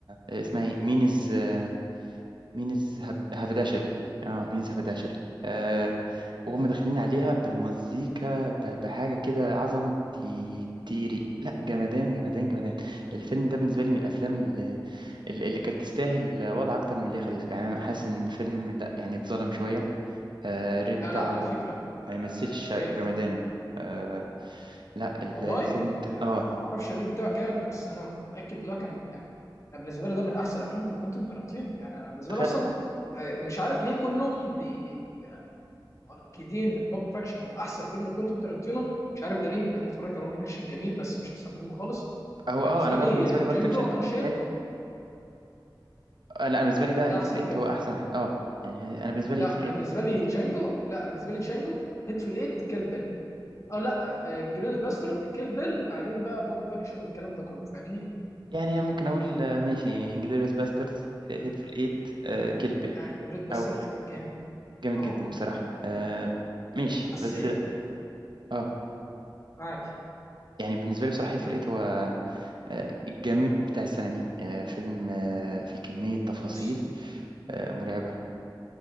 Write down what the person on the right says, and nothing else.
آه، اسمها ايه مينز آه، مينز هب... هبداشري اه مينز هبداشري آه وهم
داخلين عليها بالمزيكا ب... بحاجه كده عظمه تي... تيري لا جمدان جمدان جمدان الفيلم ده بالنسبه لي من الافلام اللي, اللي اللي كانت تستاهل وضع اكتر من اللي هي خدته يعني انا حاسس ان الفيلم ده يعني اتظلم شويه آه، الريت
بتاعه
ما يمثلش جمدانه
آه لا ال-
الفيلم ت-
اه
تخيل
هو
اه
انا برضو
بالنسبه لي
بالب فيكشن
حلو انا أنا بالنسبه لي ده هيت
في الايت
هو احسن واحد اه يعني هي- انا بالنسبه لي
هيت في الايت
يعني ممكن اقول آه، ماشي انجلوريوس باسترز هيت في الايت آه كيلبل
او
جامد
جدا بصراحه آه ماشي
بس اه
يعني بالنسبه لي بصراحه هيت في الايت هو آه، الجامد بتاع السنه دي آه فيلم آه فيه كميه تفاصيل
آه مرعبه